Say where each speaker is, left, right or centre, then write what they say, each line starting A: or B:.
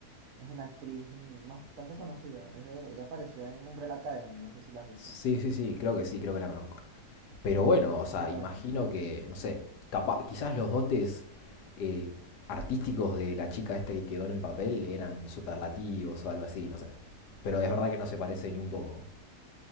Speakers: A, on the right; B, on the left.
A: Es una actriz mm, bastante conocida. Es de- ella apareció en Umbrella Academy, no sé si la has visto.
B: Sí, sí, sí, creo que sí, creo que la conozco. Pero bueno, o sea,
A: Bueno,
B: imagino que, no sé, capa- quizás los dotes eh, artísticos de la chica esta que quedó en el papel eran superlativos o algo así, no sé. Pero es verdad que no se parece ni un poco.